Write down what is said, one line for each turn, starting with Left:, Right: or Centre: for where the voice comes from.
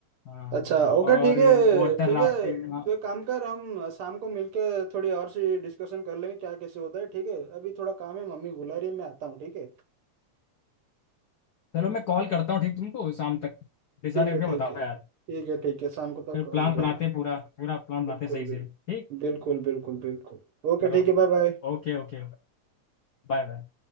Left: हाँ
Right: अच्छा ओके
Left: और
Right: ठीक है
Left: वाटर
Right: ठीक
Left: राफ्टिंग
Right: है
Left: हाँ
Right: तो एक काम कर हम शाम को मिलके थोड़ी और सी डिस्कशन कर लेंगे क्या कैसे होता है ठीक है अभी थोड़ा काम है मम्मी बुला रही है मैं आता हूँ ठीक है
Left: चलो मैं कॉल करता हूँ ठीक तुमको शाम तक डिसाइड
Right: ठीक
Left: करके
Right: है ठीक
Left: बताओ
Right: है
Left: यार
Right: ठीक है ठीक है शाम को तक
Left: फिर
Right: हो
Left: प्लान
Right: जाएगा
Left: बनाते हैं पूरा पूरा प्लान
Right: बिल्कुल
Left: बनाते हैं सही
Right: बिल्कुल
Left: से ठीक
Right: बिल्कुल बिल्कुल बिल्कुल ओके
Left: चलो
Right: ठीक है बाय बाय
Left: ओके ओके बाय बाय